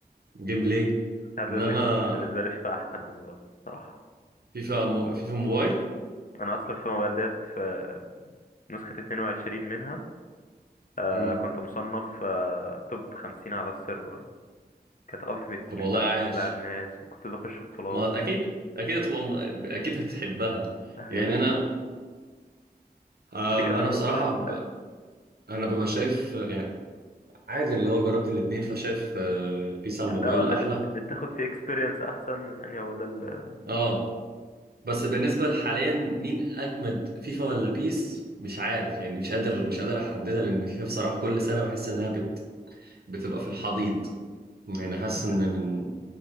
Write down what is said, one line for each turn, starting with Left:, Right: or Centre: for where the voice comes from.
Right: جيم بلاي
Left: عايز
Right: إنما
Left: اقول لك بالنسبة لي فيفا احسن على الموبايل بصراحة
Right: فيفا مو- فيفا موبايل
Left: انا اصلا في الموبايل ديت في نسخة 22 منها آه
Right: مم.
Left: كنت مصنف آه توب 50 على السيرفر كانت التيمت
Right: طب
Left: تيم
Right: والله
Left: بقى
Right: عاش
Left: وبتلعب ناس وكنت بخش بطولات
Right: ما هت- اكيد
Left: و...
Right: اكيد هتبقى م- اكيد هتحبها
Left: <laughs> ايوه
Right: يعني انا آم،
Left: دي كانت
Right: انا
Left: على الموبايل
Right: بصراحه ب...
Left: فاهم؟
Right: انا ببقى شايف آه، يعني عادي اللي هو جربت الاتنين فشايف آه، بيس على الموبايل
Left: اللي هو اللي
Right: احلى
Left: بت... بتاخد فيه اكسبيرينس احسن يعني هو ده اللي
Right: اه بس بالنسبه لحاليا مين اجمد فيفا ولا بيس مش عارف يعني مش قادر مش قادر احددها لان فيفا بصراحه كل سنه بحس انها بت... بتبقى في الحضيض يعني حاسس
Left: <laughs>
Right: ان من